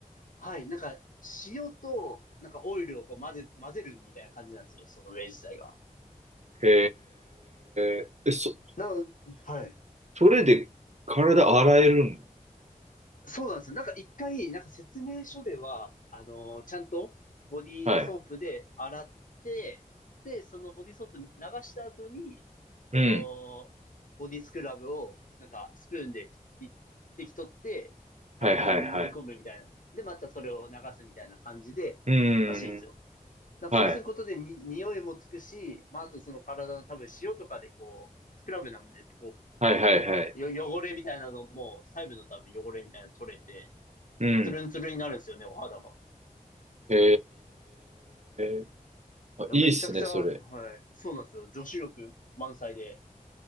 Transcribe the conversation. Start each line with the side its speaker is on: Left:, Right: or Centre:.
Left: はい、なんか、塩と、なんかオイルをこう混ぜ、混ぜるみたいな感じなんですよ、その例自体が。
Right: へえ。え、そ、
Left: なの、はい。
Right: それで体洗えるの
Left: そうなんですよ。なんか一回、なんか説明書では、あのーちゃんとボディーソープで洗って、
Right: はい。
Left: で、そのボディーソープ流した後に、
Right: うん。
Left: その、ボディスクラブを、なんかスプーンでい一滴取って、体に塗り込むみたいな。
Right: はいはいはい。
Left: で、またそれを流すみたいな感じで、
Right: うん。
Left: らしいんですよ。なんかそうすることでに、
Right: はい。
Left: 匂いもつくし、まあ、あとその体の多分塩とかでこう、スクラブなんで、こ
Right: はいはいはい。
Left: う、よ汚れみたいなのも、細部の多分汚れみたいなの取れて、
Right: うん。
Left: ツルンツルンになるんですよね、お肌が。
Right: へえ。あ、
Left: いやめちゃくちゃ、
Right: いいっすね、それ。
Left: はい。そうなんですよ。女子力満載で。